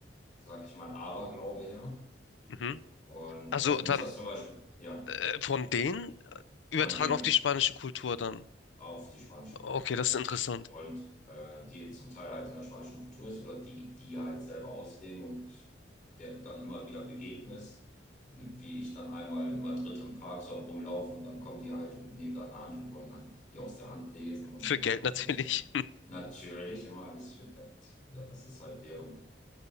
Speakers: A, on the left (about 45°); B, on the left (about 90°).
A: sag ich mal, Aberglaube her.
B: Mhm.
A: Und
B: Also
A: also
B: dann
A: mir ist das zum Beispiel, ja,
B: äh, von denen äh, übertragen
A: von denen.
B: auf die spanische Kultur dann.
A: auf die spanische
B: Okay,
A: Kultur auch.
B: das ist interessant.
A: Und äh, die zum Teil halt in der spanischen Kultur ist oder die, die halt selber ausleben und der du dann immer wieder begegnest, wie ich dann einmal in Madrid im Park so am rumlaufen und dann kommen die halt und nehmen deine Hand und wollen dann die aus der Hand lesen und,
B: Für
A: und,
B: Geld
A: na,
B: natürlich.
A: und alles Mögliche. Natürlich immer alles für Geld. Ja, das ist halt deren,